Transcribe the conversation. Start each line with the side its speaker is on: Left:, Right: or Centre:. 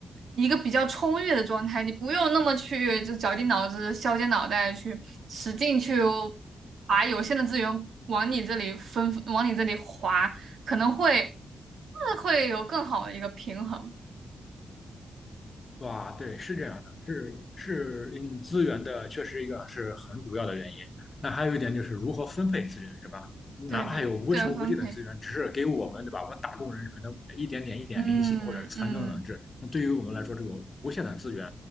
Right: 一个比较充裕的状态，你不用那么去就绞尽脑汁、削尖脑袋去使劲去把有限的资源往你这里分，往你这里划。可能会呃会有更好的一个平衡。
Left: 哇，对，是这样的，是是，嗯，资源的确实一个是很主要的原因。那还有一点就是如何分配资源，是吧？哪怕有无穷无尽的资源，
Right: 对对对，资源分配，
Left: 只是给我们，对吧？我们打工人可能一点点、一点零星或者残羹冷炙。
Right: 嗯嗯，
Left: 那对于我们来说，这种无限的资源